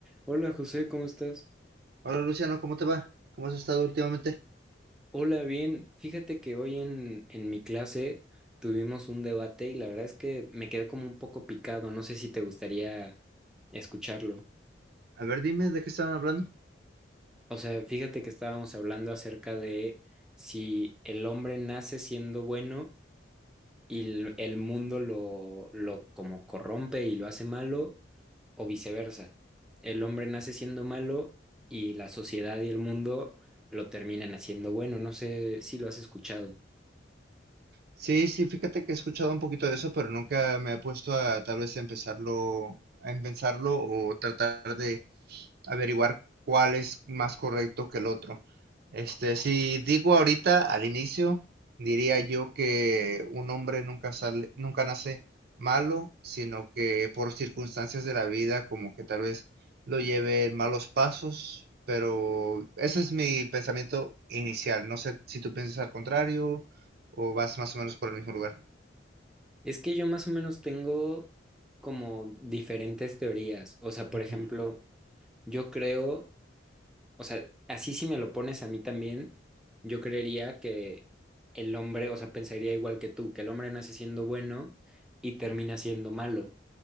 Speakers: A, in the centre; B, on the right (about 60°).
A: Hola José, ¿cómo estás?
B: Hola Luciano, ¿cómo te va? ¿Cómo has estado últimamente?
A: Hola, bien. Fíjate que hoy en, en mi clase tuvimos un debate y la verdad es que me quedé como un poco picado. No sé si te gustaría escucharlo.
B: A ver, dime de qué estaban hablando.
A: O sea, fíjate que estábamos hablando acerca de si el hombre nace siendo bueno y el, el mundo lo, lo como corrompe y lo hace malo o viceversa. El hombre nace siendo malo y la sociedad y el mundo lo terminan haciendo bueno. No sé si lo has escuchado.
B: Sí, sí, fíjate que he escuchado un poquito de eso, pero nunca me he puesto a tal vez empezarlo, a empezarlo o tratar de averiguar cuál es más correcto que el otro. Este, si digo ahorita al inicio, diría yo que un hombre nunca sale, nunca nace malo, sino que por circunstancias de la vida, como que tal vez lo lleve en malos pasos, pero ese es mi pensamiento inicial. No sé si tú piensas al contrario o vas más o menos por el mismo lugar.
A: Es que yo más o menos tengo como diferentes teorías. O sea, por
B: Ujú.
A: ejemplo, yo creo, o sea, así si me lo pones a mí también, yo creería que el hombre, o sea, pensaría igual que tú, que el hombre nace siendo bueno y termina siendo malo.